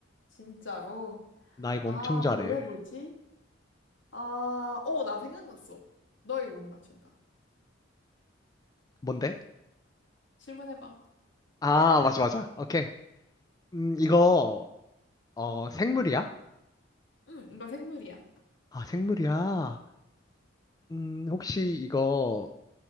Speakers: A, on the left; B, on the left.
A: 진짜로?
B: 나 이거
A: 아,
B: 엄청 잘해.
A: 뭘 해보지? 아, 어, 나 생각났어. 너 이거 못 맞춘다.
B: 뭔데?
A: 질문해봐.
B: 아 맞아 맞아. 오케이. 음 이거 어 생물이야?
A: 응, 이거 생물이야.
B: 아 생물이야. 음 혹시 이거